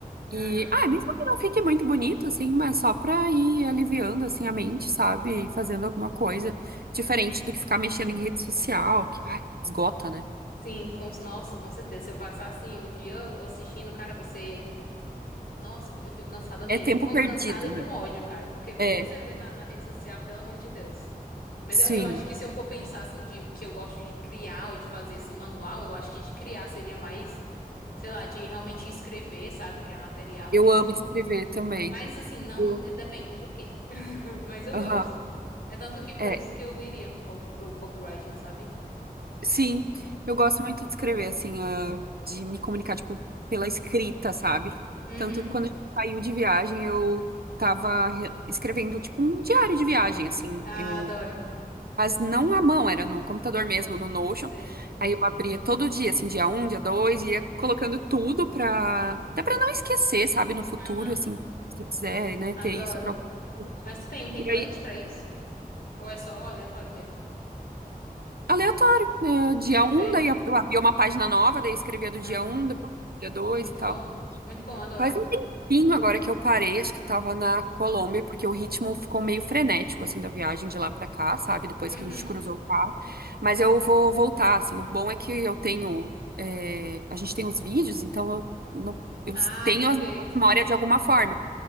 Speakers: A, on the left; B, on the right.
A: Uhum.
B: E, ah, mesmo que não fique muito bonito, assim, mas só para ir aliviando, assim, a mente, sabe? E fazendo alguma coisa diferente do que ficar mexendo em rede social, que, ai, esgota, né?
A: Sim, com- nossa, com certeza. Se eu passar assim o dia assistindo, cara, você. Nossa, eu fico cansada mesmo.
B: É tempo
A: Com,
B: perdido,
A: cansada e com
B: né?
A: ódio, cara. Porque o
B: É,
A: que você vê na, na rede social, pelo amor de Deus. Mas
B: sim.
A: eu, eu acho que se eu for pensar assim de o que eu gosto de criar ou de fazer assim manual, eu acho que de criar seria mais, sei lá, de realmente escrever, sabe? Criar material
B: Eu
A: mesmo.
B: amo escrever também.
A: Mas assim, não,
B: Eu-
A: eh, depende do quê? <laughs> Mas eu
B: Aham.
A: gosto. É tanto que por
B: É,
A: isso que eu iria um pouco pro copywriting, sabe?
B: Sim, eu gosto muito de escrever, assim, ah, de me comunicar, tipo, pela escrita, sabe?
A: Uhum.
B: Tanto quando a gente saiu de viagem, eu tava re- escrevendo, tipo, um diário de viagem, assim,
A: Ah,
B: eu...
A: adoro.
B: Mas não à mão, era no computador mesmo, no Notion.
A: Sei.
B: Aí eu abria todo dia, assim, dia um, dia dois, ia colocando tudo pra... Até pra não esquecer, sabe? No futuro,
A: Aham.
B: assim, se eu quiser, né,
A: Adoro.
B: ter isso pra... algum-
A: Mas tu tem um template
B: E aí,
A: pra isso? Ou é só aleatório mesmo?
B: aleatório, né? Dia
A: Perfeito.
B: um, daí eu abria uma página nova, daí eu escrevia do
A: Aham.
B: dia um, depois do dia dois
A: Muito
B: e tal.
A: bom. Muito bom, adoro.
B: Faz um tempinho agora que eu parei, acho que eu tava na Colômbia, porque o ritmo ficou meio frenético, assim, da viagem de lá pra cá, sabe? Depois
A: Uhum.
B: que a gente cruzou o carro. Mas eu vou voltar, assim. O bom é que eu tenho. é, A gente tem os vídeos, então eu, não- eu
A: Ai,
B: tenho
A: perfeito.
B: as memórias de alguma forma.